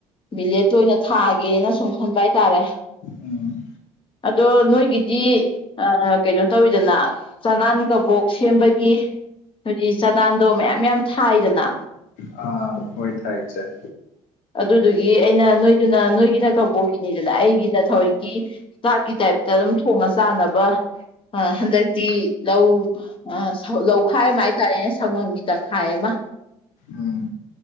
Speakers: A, on the left (about 40°); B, on the left (about 75°).
A: ꯚꯂꯦꯖꯇ ꯑꯣꯏꯅ ꯊꯥꯛꯑꯒꯦꯅ ꯁꯨꯝ ꯈꯟꯕ ꯍꯥꯏꯇꯥꯔꯦ
B: ꯎꯝ
A: ꯑꯗꯣ ꯅꯣꯏꯒꯤꯗꯤ ꯀꯩꯅꯣ ꯇꯧꯋꯤꯗꯅ ꯆꯅꯥꯟ ꯀꯕꯣꯛ ꯁꯦꯝꯕꯒꯤ ꯍꯧꯗꯤ ꯆꯥꯗꯥꯟꯗꯣ ꯃꯌꯥꯝ ꯃꯌꯥꯝ ꯊꯥꯏꯗꯅ
B: ꯑꯥ ꯍꯣꯏ ꯊꯥꯏꯁ
A: ꯑꯗꯨꯗꯨꯒꯤ ꯑꯩꯅ ꯅꯣꯏꯗꯨꯅ ꯅꯣꯏꯒꯤꯅ ꯀꯧꯕꯣꯛꯈꯤꯅꯤꯗꯅ ꯑꯩꯒꯤꯅ ꯊꯔꯤꯛꯀꯤ ꯆꯥꯛꯀꯤ ꯇꯥꯏꯞꯇ ꯑꯗꯨꯝ ꯊꯣꯡꯉ ꯆꯥꯅꯕ ꯍꯟꯗꯛꯇꯤ ꯂꯧ ꯑ ꯂꯧꯈꯥꯏ ꯑꯃ ꯍꯥꯏꯇꯥꯔꯦꯅꯦ ꯁꯪꯒꯣꯝꯒꯤ ꯇꯪꯈꯥꯏ ꯑꯃ
B: ꯎꯝ